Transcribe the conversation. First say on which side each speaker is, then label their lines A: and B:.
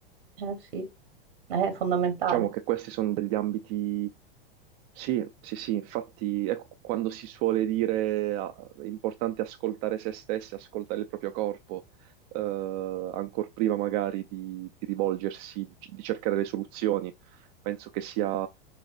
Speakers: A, on the right; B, on the right.
A: eh sì, è fondamentale.
B: Diciamo che questi sono degli ambiti Sì, sì, sì, infatti, ecco, quando si suole dire ah, è importante ascoltare se stessi, ascoltare il proprio corpo, eh, ancor prima magari di, di rivolgersi, di, di cercare le soluzioni, penso che sia,